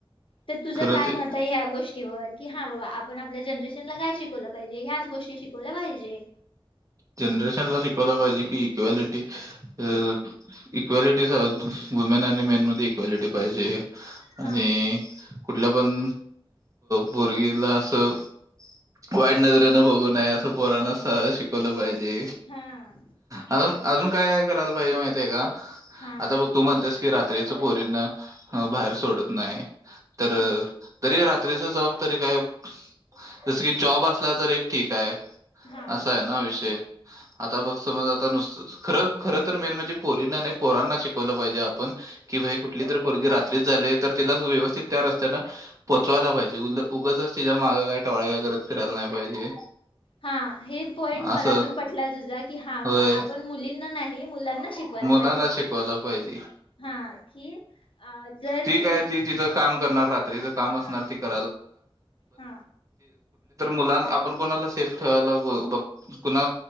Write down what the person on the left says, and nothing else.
तर तुझं
काय
मत आहे ह्या गोष्टी ीर कि हा बाबा आपण आपल्या जनरेशनला काय शिकवलं पाहिजे ह्याच गोष्टी शिकवल्या पाहिजे
हा
हा
हा
हा
हा
हा पॉईंट मला
पण पटला तुझा की हा बाबा
आपण मुलींना नाही मुलांना शिकवायला पण
हा कि अ जर
तिने
हा
हा